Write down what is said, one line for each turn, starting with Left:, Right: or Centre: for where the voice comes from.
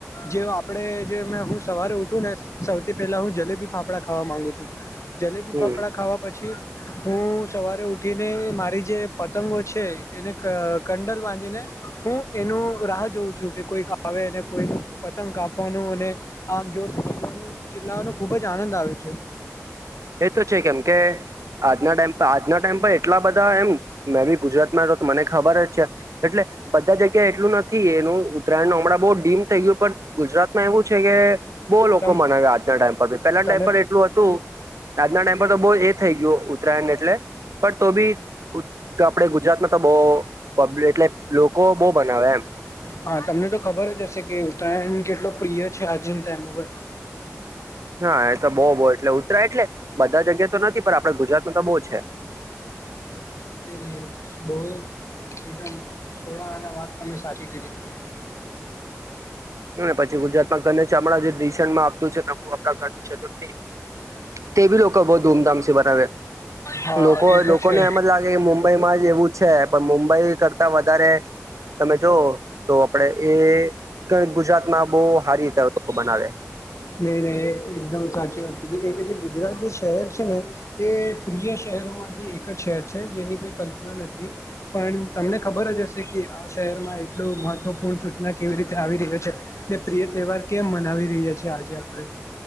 Left: જેવ આપણેે જે હું સવારે ઉઠું ને સૌથી પેલા હું જલેબી ફાફડા ખાવા માંગુ છુ. જલેબી
Right: હમ
Left: ફાફડા ખાવા પછી હું સવારે ઉઠીને મારી જે પતંગો છે એને કંડલ બાંધીને હું એનું રાહ જોઉં છું કે કોઈક આવે કોઈ પતંગ કાપવાનુ ને આમ જોરથી ચીલવાનું ચિલ્લાવાનો ખુબ જ આનંદ આવે છે.
Right: એ તો છે કેમ કે આજના ટાઈમ પર આજના ટાઈમ પર એટલા બધા એમ મેં બી ગુજરાતમાં રહો તો મને ખબર જ છે. એટલે બધાં જગ્યાએ એટલું નથી એનું ઉત્તરાયણનો હમણાં બહુ ડીમ થઈ ગયું પણ ગુજરાતમાં એવું છે કે બહુ લોકો
Left: તમ
Right: મનાવે આજના ટાઈમ પર ભી પહેલાના
Left: તમે
Right: ટાઈમ પર એટલું હતું. આજના ટાઈમ પર તો બહુ એ થઈ ગયો ઉત્તરાયણ એટલે પણ તો બી ઉત તો આપડે ગુજરાતમાં તો બોવ પબલ એટલે લોકો બહુ મનાવે એમ.
Left: હા તમને તો ખબર જ હશે કે ઉત્તરાયણ કેટલો પ્રિય છે આજના ટાઈમ ઉપર.
Right: હા એ તો બહુ બહુ એટલે ઉત્તરા એટલે બધા જગ્યા તો નથી પણ આપડે ગુજરાતમાં તો બહુ છે.
Left: <inaudible> બહુ એકદમ સોડા અને વાત તમે સાચી કીધી.
Right: એમ એ પછી ગુજરાતમાં ગણેશામડા જે રીસેન્ટમાં આપતું છે નવું આપણા ગણેશ ચતુર્થી. તે બી લોકો બહુ ધૂમધામસે બનાવે.
Left: હા
Right: લોકો
Left: એ તો
Right: લોકોને
Left: છે
Right: એમ જ લાગે કે મુંબ મુંબઈમાં જ એવું છે. પણ મુંબઈ કરતાં વધારે તમે જોવો તો આપણેે એ ઉતર ગુજરાતમાં બહુ હારી રીતે લોકો બનાવે.
Left: નહીં નહીં એ તો એકદમ સાચી વાત કીધી. કેમ કે જે ગુજરાતનું શહેર છે ને એ પ્રિય શહેરોમાંથી એક જ શહેર છે જેની કોઈ કલ્પના નથી. પણ તમને ખબર જ હશે કે આ શહેરમાં એટલું મહત્વપૂર્ણ સૂચના કેવી રીતે આવી રહ્યો છે. ને પ્રિય તહેવાર કેમ મનાવી રહ્યા છીએ આજે આપડે?